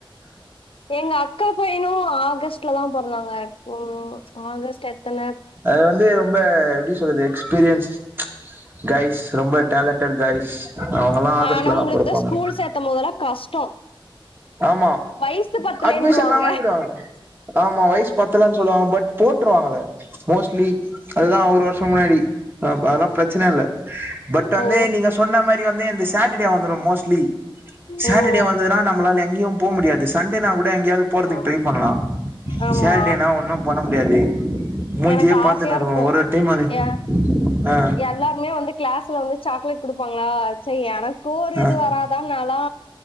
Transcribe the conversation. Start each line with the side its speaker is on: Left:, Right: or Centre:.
Left: எங்க அக்கா பையனு ஆகஸ்ட்ல தா பொறந்தாங்க இப்போ ஆகஸ்ட் எத்தன
Right: ஆ அது வந்து ரொம்ப எப்டி சொல்லுது எக்ஸ்பீரியன்ஸ் காய்ஸ் ரொம்ப டேலண்டட் காய்ஸ் அவுங்கல்லா ஆகஸ்ட்லதா
Left: ஆனா உங்களுக்கு
Right: பொறப்பாங்க
Left: தான் ஸ்கூல் சேர்த்தும் போதெல்லாம் கஷ்டம்
Right: ஆமா
Left: வயசு பத்துலேன்றுவாங்க
Right: அட்மிஷன்லா வாங்கிடுவாங்க ஆமா வயசு பத்தலனு சொல்லுவாங்க பட் போட்டுருவாங்களே மோஸ்ட்லி அதுதா ஒரு வருஷம் முன்னாடி அதுப் அதெல்லா பிரச்சனை இல்ல பட் வந்து
Left: ஓ
Right: நீங்க ஸ் சொன்ன மாரி வந்து இந்த சேட்டர்டே வந்துரு மோஸ்ட்லி சாட்டர்டே
Left: ஓ
Right: வந்ததுனா நம்மளால எங்கயும் போ முடியாது சண்டே நா கூட எங்கெயாவது போறதுக்கு
Left: ஆமா
Right: ட்ரை பண்ணலா
Left: ஆமா
Right: சேடேனா ஒன்னு பண்ண முடியாது மூஞ்சியே
Left: எனக்கு
Right: பாத்துன்னு
Left: ஆஸ்யா
Right: இருக்கணு
Left: ர்க்கு
Right: ஒரு டைம் அது
Left: எ
Right: ஆ
Left: எல்லாருமே வந்து கிளாஸ்ல வந்து சாக்லேட்குடுப்பாங்களா சேரி எனக்கு ஒரு
Right: ஆ
Left: இது வராதா நா லா